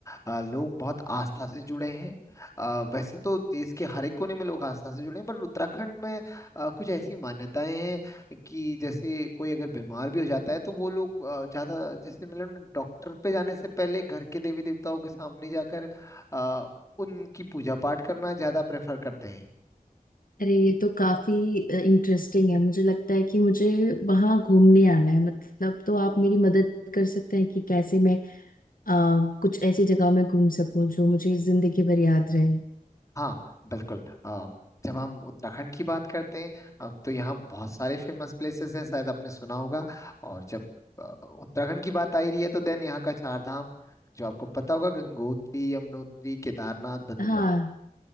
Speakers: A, on the left; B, on the left.
A: अ, लोग बहुत आस्था से जुड़े हैं अ, वैसे तो देश के हर एक कोने में लोग आस्था से जुड़े हैं पर उत्तराखंड में अ, कुछ ऐसी मान्यताएं हैं कि जैसे कोई अगर बीमार भी हो जाता है तो वो लोग अ, ज्यादा जैसे मतलब डॉक्टर पे जाने से पहले घर के देवी देवताओं के सामने जाकर अ, उनकी पूजा पाठ करना ज्यादा प्रेफर करते हैं
B: अरे ये तो काफी इंटरेस्टिंग है मुझे लगता है कि मुझे वहां घूमने आना है मतलब तो आप मेरी मदद कर सकते हैं कि कैसे मैं अ, कुछ ऐसी जगह में घूम सकूं जो मुझे जिंदगी भर याद रहे
A: हाँ बिल्कुल अ, जब हम उत्तराखंड की बात करते हैं अ, तो यहाँ बहुत सारे फेमस प्लेसेस हैं शायद आपने सुना होगा और जब अ, उत्तराखंड की बात आ ही रही है तो देन यहाँ का चार धाम जो आपको पता होगा गंगोत्री यमुनोत्री केदारनाथ बद्रीनाथ
B: हाँ